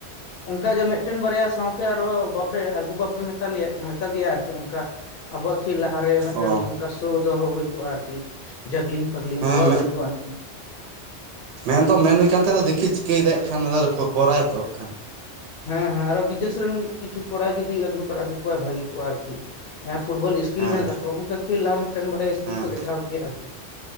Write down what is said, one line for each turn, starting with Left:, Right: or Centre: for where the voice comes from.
Left: ᱚᱱᱠᱟ ᱜᱮ ᱢᱮᱫᱴᱮᱱ ᱵᱟᱨᱭᱟ ᱥᱟᱶᱛᱮ ᱟᱨᱚ ᱮ ᱟᱹᱜᱩ ᱵᱟᱯᱮ ᱢᱮᱛᱟ ᱞᱮᱭᱟ ᱢᱮᱛᱟ ᱫᱮᱭᱟ ᱟᱹᱨᱠᱤ ᱚᱱᱠᱟ ᱟᱵᱚᱣᱟᱜ ᱠᱷᱮᱹᱞ ᱞᱟᱦᱟᱨᱮ ᱢᱤᱫᱴᱮᱱ
Right: ᱚ
Left: ᱚᱝᱠᱟ ᱚ ᱫᱚᱦᱚ ᱦᱩᱭ ᱠᱚᱜᱼᱟ ᱟᱹᱨᱠᱤ, ᱡᱟᱜᱽᱞᱤᱝ ᱯᱷᱟᱜᱽᱞᱤᱝ
Right: ᱦᱮᱸ
Left: ᱫᱚᱦᱚ ᱦᱩᱭ ᱠᱚᱜᱼᱟ ᱟᱹᱨᱠᱤ ᱾
Right: ᱢᱮᱱᱫᱚ ᱢᱮᱱ ᱦᱩᱭ ᱠᱟᱱ ᱛᱟᱦᱮᱸᱫᱼᱟ ᱫᱮᱠᱷᱤ ᱪᱤᱠᱟᱹᱭᱮᱫᱟᱭ ᱠᱷᱟᱱ ᱦᱟᱸᱜ ᱠᱷᱚᱵᱚᱨᱟᱭ ᱛᱚ ᱱᱟᱜ ᱠᱷᱟᱱ᱾
Left: ᱦᱮᱸ ᱦᱮᱸ ᱟᱨᱚ ᱵᱤᱫᱮᱥ ᱨᱮᱱ ᱠᱤᱪᱷᱩ ᱠᱚᱲᱟᱭ ᱡᱩᱫᱤ ᱟᱹᱜᱩ ᱛᱚᱨᱟ ᱠᱮᱠᱚᱣᱟᱭ ᱵᱷᱟᱹᱜᱤ ᱠᱚᱜᱼᱟ ᱟᱹᱨᱠᱤ ᱾ ᱡᱟᱦᱟᱸᱭ ᱯᱷᱩᱴᱵᱚᱞ ᱤᱥᱠᱤᱞ
Right: ᱦᱮᱸ
Left: ᱢᱮᱱᱟᱜ ᱛᱟᱠᱚᱣᱟ, ᱩᱱᱠᱩ ᱠᱷᱮᱞ ᱞᱟᱦᱟ ᱢᱤᱫᱴᱮᱱ ᱵᱟᱨᱭᱟ ᱤᱥᱠᱤᱞ
Right: ᱦᱮᱸ
Left: ᱠᱚ ᱫᱮᱠᱷᱟᱣ ᱠᱮᱭᱟ ᱟᱹᱨᱠᱤ ᱾